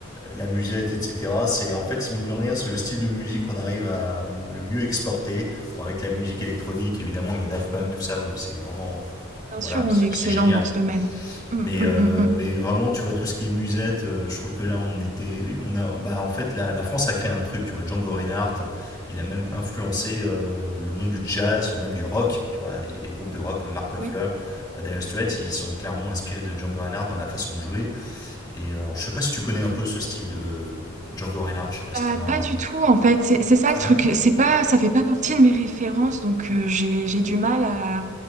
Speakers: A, on the left; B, on the right.
A: la musette, etc. C'est en fait, mine de rien, c'est le style de musique qu'on arrive à le mieux exporter. Bon, avec la musique électronique, évidemment, il y a Daft Punk, tout ça, où c'est vraiment.
B: Bien
A: Voilà,
B: sûr, on
A: c'est
B: est excellent
A: c'est génial.
B: dans ce domaine. Hum,
A: Mais,
B: hum,
A: euh,
B: hum, hum.
A: mais vraiment, tu vois, tout ce qui est musette, euh, je trouve que là, on était. On a, bah, en fait, la, la France a créé un truc, tu vois. Django Reinhardt, il a même influencé euh, le monde du jazz, même du rock, tu vois. Il y a des groupes de rock comme Mark Knopfler,
B: Oui.
A: euh, Dire Straits, ils sont clairement inspirés de Django Reinhardt dans la façon de jouer. Et euh, alors, je sais pas si tu connais un peu ce style de Django Reinhardt, je sais pas si
B: Bah,
A: t'en
B: pas
A: as.
B: du tout, en fait. C'est c'est ça
A: Ah
B: le truc.
A: ouais
B: C'est pas, ça fait pas partie de mes références, donc euh, j'ai j'ai du mal à,